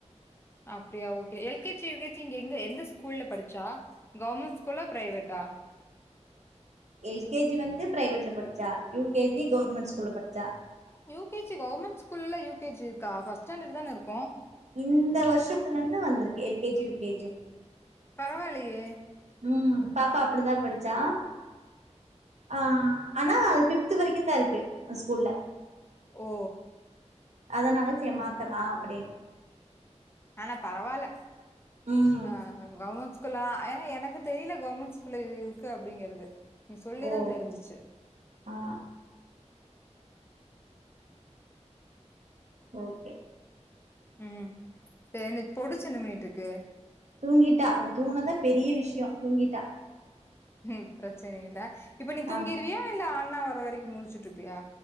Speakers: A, on the left; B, on the right.
A: அப்டியா okay L K G U K G இங்க எங்க எந்த ஸ்கூல்ல படிச்சா கோவர்மண்ட் ஸ்கூலா பிரைவேட்டா
B: எல் கே ஜி வந்து பிரைவேட்ல படிச்சா யு கே ஜி கௌர்மெண்ட் ஸ்கூல்ல படிச்சா
A: யு கே ஜி கௌர்மெண்ட் ஸ்கூல்ல யு கே ஜி இருக்கா ஃபஸ்டஸாண்டர்ட் தானே இருக்கு
B: இந்த வருஷத்துலருந்து வந்துருக்கு L K G U K G U
A: பரவாயில்லியே
B: உ பாப்பா அப்டி தா படிச்சா ஆ ஆனா அது பிப்து வரைக்கு தா இருக்கு அந்த ஸ்கூல்ல
A: ஓ
B: அதனால சேரி மாத்தலா அப்படின்னு
A: ஆனா பரவால்ல
B: ம்
A: ஆ கவ்மண் ஸ்கூ கூல்லா ஆ ஏனா எனக்கு தெரில கவ்மண்ட் ஸ்கூல்ல இது இருக்கு அப்டிங்கறது நீ சொல்லி
B: ஓ
A: தா தெரிஞ்சிச்சு
B: ஆ ஓகே
A: உ இந்த பொடுசு என்ன பண்ணிட்டுருக்கு
B: தூங்கிட்டா அவ தூங்குனத பெரிய விஷயோ தூங்கிட்டா
A: ம் பிரச்சன இல்ல இப்ப நீ தூங்கிருவியா
B: ஆமா
A: இல்ல அண்ணா வர வரைக்கு முழிச்சிட்டுருப்பியா